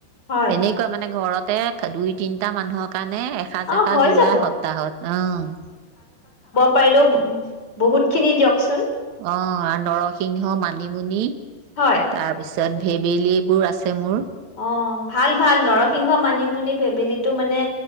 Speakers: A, on the left; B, on the right.
A: হয়,
B: এনেকুৱা মানে ঘৰত তে দুই তিনিটা মানুহক কাৰণে এসাজ
A: অ',
B: এষাজ
A: হৈ
B: এষকজ ওলাই
A: যাব।
B: সপ্তাহত উম।
A: পাইও বহুত খিনি দিয়কচোন
B: অ, নৰসিংহ মানিমুনি তাৰপিছত
A: হয়।
B: য'ত ভেবেলী বোৰু আছে মোৰ।
A: অ, ভাল ভাল নৰসিংহ মানিমুনি ভেবেলীটো মানে